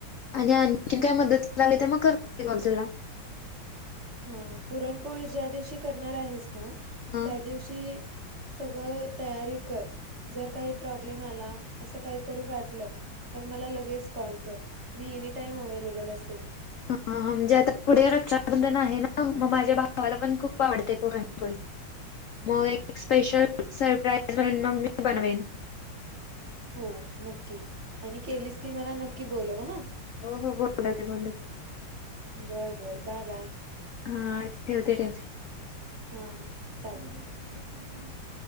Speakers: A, on the left; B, on the right.
A: आणि आणखीन काय मदत लागली तर मग करते कॉल तुला.
B: हम्म. पुरणपोळी ज्या दिवशी करणार आहेस ना
A: ह
B: त्या दिवशी सगळं तयारी कर. जर काही प्रॉब्लेम आला, असं काहीतरी वाटलं तर मला लगेच कॉल कर. मी एनी टाईम अवेलेबल असेल.
A: हम्म हम्म. म्हणजे आता पुढे रक्षाबंधन आहे ना, मग माझ्या भावाला पण खूप आवडते पुरणपोळी. मग एक स्पेशल सरप्राईज म्हणून मग मी बनवेन.
B: हो नक्की. आणि केलीच की मला नक्की बोलाव हं.
A: उगा बोलती म्हणून
B: बरं, बरं. Bye, bye.
A: हं. ठेवते, ठेवते.
B: हा हा चालेल. <inaudible>